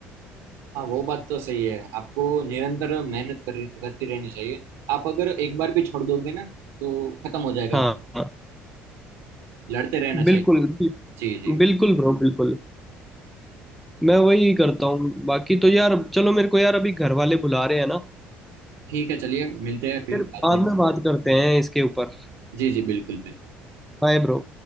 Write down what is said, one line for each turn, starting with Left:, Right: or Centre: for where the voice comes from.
Right: हाँ वो बात तो सही है आपको निरंतर मेहनत कर करती रहनी चाहिए आप अगर एक बार भी छोड़ दोगे ना तो खत्म हो जाएगा
Centre: हाँ
Right: वहाँ
Centre: हाँ,
Right: लड़ते रहना चाहिए
Centre: बिल्कुल
Right: जी जी
Centre: बिल्कुल ब्रो बिल्कुल मैं वही करता हूँ बाकी तो यार चलो मेरे को यार अभी घर वाले बुला रहे हैं ना
Right: ठीक है चलिए मिलते हैं फिर
Centre: फिर
Right: बाद
Centre: बाद
Right: में
Centre: में बात करते हैं इसके ऊपर
Right: जी जी बिल्कुल बिल्कुल
Centre: Bye bro